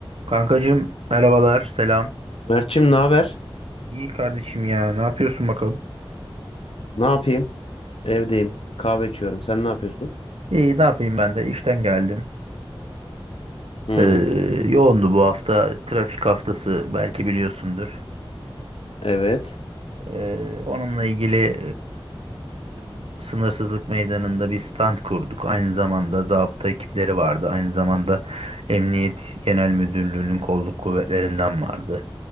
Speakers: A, on the right; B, on the left.
A: Kankacığım merhabalar selam.
B: Mert'cim ne haber?
A: İyi kardeşim ya ne yapıyorsun bakalım?
B: Ne yapayım? Evdeyim. Kahve içiyorum. Sen ne yapıyorsun?
A: İyi ne yapayım ben de işten geldim.
B: Hmm,
A: Ee, yoğundu bu hafta trafik haftası belki biliyorsundur.
B: evet.
A: Ee, onunla ilgili ee, sınırsızlık meydanında bir stand kurduk. Aynı zamanda zabıta ekipleri vardı. Aynı zamanda Emniyet Genel Müdürlüğü'nün kolluk kuvvetlerinden vardı.